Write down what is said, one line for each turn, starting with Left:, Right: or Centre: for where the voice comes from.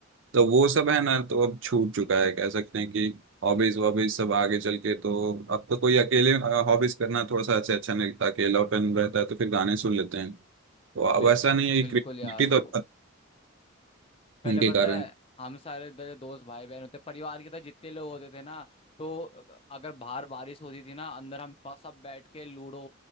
Right: तो वो सब है ना तो अब छूट चुका है कह सकते हैं कि हॉबीज वॉबीज सब आगे चल के तो अब तो कोई अकेले हॉबीज करना थोड़ा सा ऐसे अच्छा नहीं लगता अकेलापन रहता है तो फिर गाने सुन लेते हैं तो अब
Left: बि-
Right: ऐसा नहीं है
Left: बिल्कुल
Right: कि क्रिएटिविटी
Left: यार
Right: तो
Left: पहले
Right: उनके
Left: पता
Right: कारण
Left: है हम सारे द- दोस्त भाई बहन होते परिवार के तो जितने लोग होते थे ना तो अगर बाहर बारिश होती थी ना अंदर हम पा- सब बैठ के लूडो